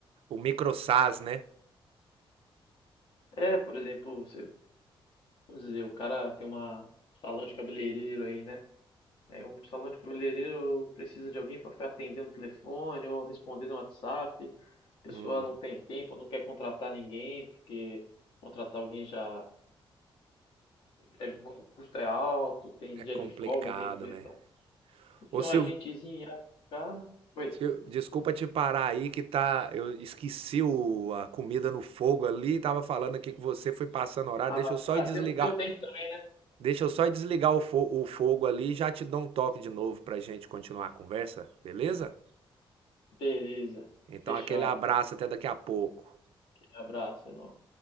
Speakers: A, on the right; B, on the left.
A: microsas, né?
B: É, por exemplo, você, vamos dizer, o cara tem uma salão de cabeleireiro aí, né? É, um salão de cabeleireiro precisa de alguém para ficar atendendo o telefone ou respondendo o WhatsApp. A pessoa
A: Hum,
B: não tem tempo, não quer contratar ninguém, porque contratar alguém já é, o custo é alto, tem
A: é
B: dia
A: complicado,
B: de folga, tem tudo.
A: né?
B: Então, você cria
A: Ô Silvio,
B: um agentezinho lá com o cara. Oi.
A: Sil- desculpa te parar aí que tá, eu esqueci o- a comida no fogo ali, tava falando aqui que você foi passando horário,
B: Ah,
A: deixa
B: vai.
A: eu só
B: Ah,
A: ir desligar,
B: deu, deu tempo também, né?
A: deixa eu só ir desligar o, fo- o fogo ali e já te dou um toque de novo pra gente continuar a conversa, beleza?
B: Beleza.
A: Então
B: Fechado.
A: aquele abraço até daqui a pouco.
B: Abraço, irmão.